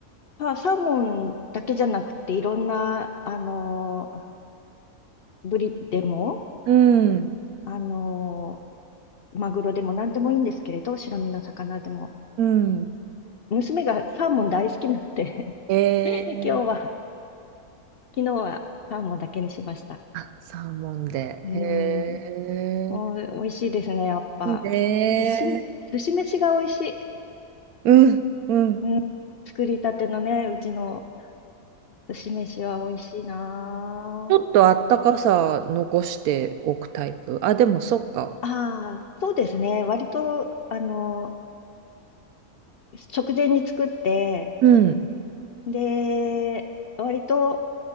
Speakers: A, on the left; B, on the right.
A: まあ、サーモンだけじゃなくて、いろんな、あの、ブリでも、
B: うん、
A: あの、マグロでも何でもいいんですけれど、白身の魚でも。
B: うん。
A: 娘がサーモン大好きなので
B: えー、
A: 今日は、昨日はサーモンだけにしました。
B: あ、サーモンで。
A: うーん、
B: へえ、
A: もう美味しいですね、やっぱ。
B: いいね。
A: 寿司、寿司飯が美味しい。
B: うん、うん。
A: うん、作りたてのね、うちの寿司飯は美味しいな
B: ちょっとあったかさ残しておくタイプ。あ、でもそっか。
A: あああ、そうですね。割と、あの、直前に作って、
B: うん。
A: で、割と